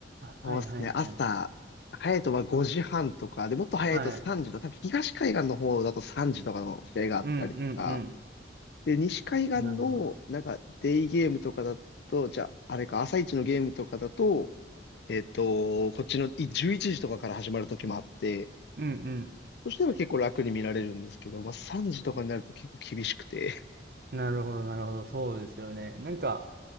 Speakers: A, on the right (about 55°); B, on the left (about 60°).
A: あー、
B: そうですね、
A: はいはいはい。
B: 朝、早いとまあ5時半とか、で、もっと早いと3時とか、
A: はい。
B: 多分東海岸の方だと3時とかの試合があったりとか、
A: うんうん
B: で、西海岸の、
A: うん。なるほど。
B: なんか、デイゲームとかだと、じゃあ、あれか、朝一のゲームとかだと、えっと、こっちのい11時とかから始まる時もあって、
A: うん
B: そしたら結構楽に見られるんですけど、まあ、3時とかになると結構厳しくて、<laughs>
A: うん。なるほどなるほど。そうですよね。なんか、